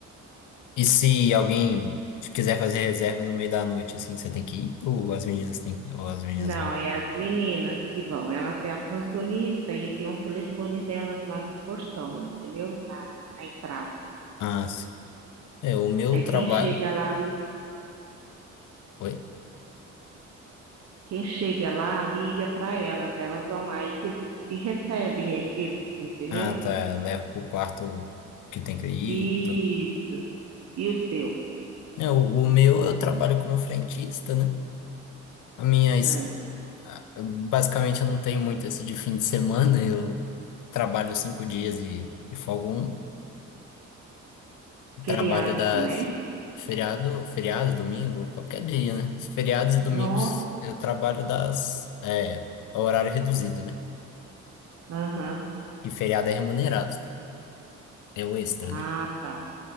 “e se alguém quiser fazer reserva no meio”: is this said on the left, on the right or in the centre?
Left